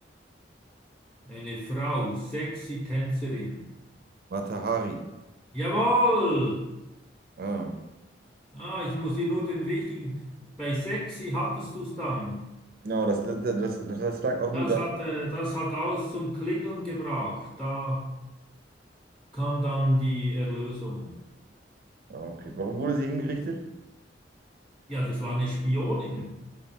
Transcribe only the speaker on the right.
Matahari.
Ah.
Genau, das, das, das, das lag auch nur
da.
Ah, Okay, warum wurde sie hingerichtet?